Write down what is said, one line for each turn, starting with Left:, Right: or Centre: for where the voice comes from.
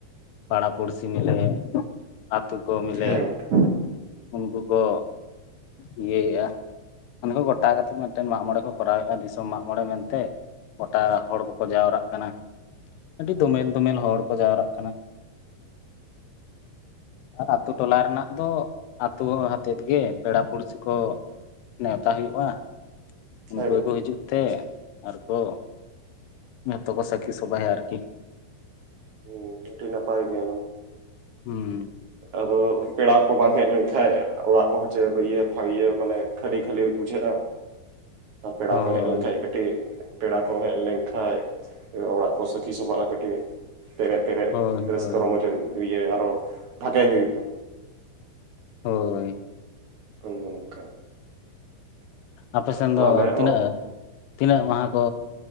Left: ᱯᱟᱲᱟ ᱯᱩᱲᱥᱤ ᱢᱤᱞᱮ᱾ ᱟᱛᱩ ᱠᱚ ᱢᱤᱞᱮ
Right: ᱦᱮᱸ ᱜᱚᱝᱠᱮ
Left: ᱩᱱᱠᱩ ᱠᱚ ᱤᱭᱟᱹᱭᱮᱜᱼᱟ᱾ ᱢᱟᱱᱮ ᱠᱚ ᱜᱚᱴᱟ ᱠᱟᱛᱮᱫ ᱢᱮᱜᱴᱮᱱ ᱢᱟᱜ ᱢᱚᱲᱮ ᱠᱚᱨᱟᱣᱮᱜᱼᱟ ᱫᱤᱥᱚᱢ ᱢᱟᱜ ᱢᱚᱲᱮ ᱢᱮᱱᱛᱮ᱾ ᱜᱚᱴᱟ ᱦᱚᱲ ᱠᱚᱠᱚ ᱡᱟᱣᱨᱟᱜ ᱠᱟᱱᱟ, ᱟᱹᱰᱤ ᱫᱚᱢᱮᱞ ᱫᱚᱢᱮᱞ ᱦᱚᱲ ᱠᱚ ᱡᱟᱣᱨᱟᱜ ᱠᱟᱱᱟ᱾ ᱟᱨ ᱟᱛᱳ ᱴᱚᱞᱟ ᱨᱮᱱᱟᱜ ᱫᱚ ᱟᱛᱳ ᱦᱚᱲ ᱟᱛᱮᱫ ᱜᱮ ᱯᱮᱲᱟ ᱯᱩᱲᱥᱤ ᱠᱚ ᱱᱮᱣᱛᱟ ᱦᱩᱭᱩᱜᱼᱟ, ᱩᱱᱠᱩ
Right: ᱦᱮᱸ ᱜᱚᱝᱠᱮ
Left: ᱜᱮᱠᱚ ᱦᱤᱡᱩᱜ ᱛᱮ
Right: ᱟᱪᱪᱷᱟ
Left: ᱟᱨᱠᱚ ᱡᱷᱚᱛᱚᱠᱚ ᱥᱟᱹᱠᱷᱤ ᱥᱚᱵᱷᱟᱭᱟ ᱟᱨᱠᱤ᱾
Right: ᱩᱸ ᱟᱰᱤ ᱱᱟᱯᱟᱭ ᱜᱮ ᱚᱱᱟ᱾
Left: ᱦᱩᱸ
Right: ᱟᱫᱚ ᱯᱮᱲᱟ ᱠᱚ ᱵᱟᱝ ᱦᱮᱡ ᱞᱮᱱᱠᱷᱟᱡ ᱚᱲᱟᱜ ᱠᱚᱦᱚ ᱪᱮ ᱠᱚ ᱤᱭᱟᱹ ᱢᱟᱱᱮ ᱠᱷᱟᱹᱞᱤ ᱠᱷᱟᱹᱞᱤ ᱜᱮ ᱵᱩᱡᱷᱟᱹᱜᱼᱟ᱾ ᱟᱨ ᱯᱮᱲᱟ
Left: ᱦᱳᱭ
Right: ᱠᱚ ᱦᱮᱡ ᱞᱮᱱᱷᱠᱟᱡ ᱠᱟᱹᱴᱤᱡ ᱯᱮᱲᱟ ᱠᱚ ᱦᱮᱡ ᱞᱮᱱᱠᱷᱟᱡ ᱚᱲᱟᱜ ᱠᱚ ᱥᱟᱹᱠᱷᱤ ᱥᱚᱵᱷᱟᱜᱼᱟ ᱠᱟᱹᱴᱤᱡ᱾ ᱯᱮᱨᱮᱡ ᱯᱮᱨᱮᱡ
Left: ᱦᱳᱭ
Right: ᱨᱟᱹᱥᱠᱟᱹ
Left: ᱦᱳᱭ
Right: ᱨᱚᱢᱚᱡ ᱤᱭᱟᱹ ᱟᱨᱚ ᱵᱷᱟᱜᱮ ᱦᱩᱭᱩᱜᱼᱟ᱾
Left: ᱦᱳᱭ᱾
Right: ᱚᱱᱮ ᱚᱱᱠᱟ,
Left: ᱟᱯᱮ ᱥᱮᱱ
Right: ᱟᱫᱚ
Left: ᱫᱚ
Right: ᱟᱞᱮ
Left: ᱛᱤᱱᱟᱹᱜ
Right: ᱦᱚᱸ
Left: ᱛᱤᱱᱟᱹᱜ ᱢᱟᱦᱟ ᱠᱚ?